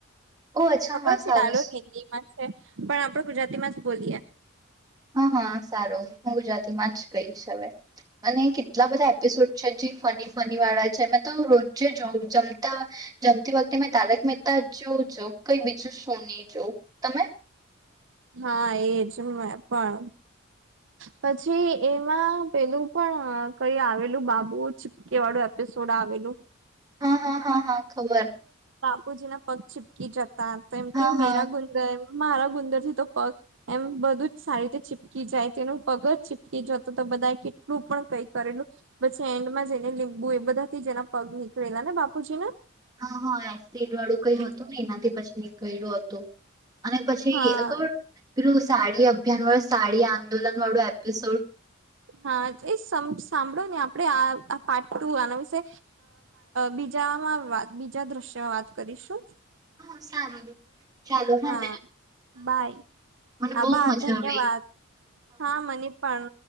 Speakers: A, on the right; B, on the right.
A: ઓ અચ્છા
B: ખબર
A: હા સારસ
B: છે ડાલો હિન્દીમાં પણ આપડ ગુજરાતી માં જ બોલીયએ
A: હા હા સારું હું ગુજરાતી માં જ કઈશ હવે અને કેટલા બધા એપિસોડ છે જે ફની ફની વાળા છે મે તો રોજે જો જમતા જમતી વખતે મેં તારક મહેતા જો જો કઈ બીજું સોની જોવ તમે
B: હા એજ પણ પછી એમાં પેલું પણ કઈ આવેલું બાબુ ચીપકે વાળું એપિસોડ આવેલું
A: હા હા હા હા ખબર
B: પૂજ ના પક છીપકી ચક તો એમ કે
A: હા
B: મેરા
A: હા
B: ગુંજન મારા ગુંદર થી તો પગ એમ બધું જ સારી રીતે ચીપકી જાય તેનું પગ જ ચીપકી જત તો બધા કેટલું પણ કઈ કરેલું પછી એન્ડમાં જેને લીંબુ એ બધા થી જેના પગ નીકળેલા ને બાપ પુછીને
A: હા હા એસીિડ વાળું કઈ
B: ઠીક
A: હતું ને એનાથી પછી નીકળું હતોું અને પછી
B: હા
A: પલું સાડી અભિયાન વ સાડી આંદોલન વાળું એપિસોડ
B: હા એ સાંભળો ને આપણે આ પાર્ટ ટુ આના વિશે બીજામાંત બીજા દ્રશ્યમાં વાત કરીશું
A: <inaudible> ચાલો
B: હા
A: ને
B: બાય
A: મને
B: આભાર
A: બહુ મજા
B: ધન્યવાદ
A: આવી
B: હા મને પણ